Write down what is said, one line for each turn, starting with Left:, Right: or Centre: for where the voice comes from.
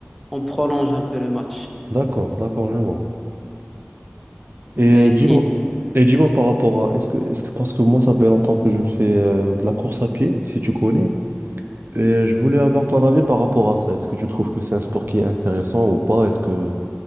Centre: on prolonge un peu le match.
Right: D'accord, d'accord, je vois. Et
Centre: Et
Right: euh, dis-moi,
Centre: si...
Right: et dis-moi par rapport à, est-ce que, est-ce que, parce que moi, ça fait longtemps que je fais euh, de la course à pied, si tu connais, et je voulais avoir ton avis par rapport à ça. Est-ce que tu trouves que c'est un sport qui est intéressant ou pas? Est-ce que